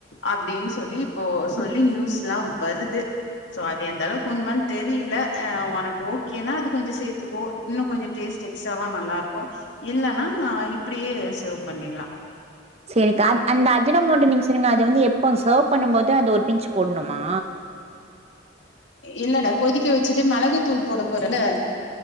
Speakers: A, on the left (about 70°); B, on the right (about 35°).
A: அப்படின்னு சொல்லி இப்போ சொல்லி நியூஸ்லாம் வருது சோ அது எந்த அளவுக்கு உண்மன்னு தெரில உனக்கு ஓகேன்னா அது கொஞ்ச சேர்த்துக்கோ இன்னும் கொஞ்சம் டேஸ்ட் எக்ஸ்ட்ராவா நல்லா இருக்கு இல்ன்னா இப்படியே சேவ் பண்ணிடலா
B: சரிக்கா அந்த அஜினோமோட்டோ நீங்க சொன்னீங்க அது வந்து எப்போ சர்வ் பண்ணும் போது அந்த ஒரு பிஞ்சு போடணுமா
A: இல்லடா கொதிக்க வச்சுட்டு மிளகு தூள் போட போறல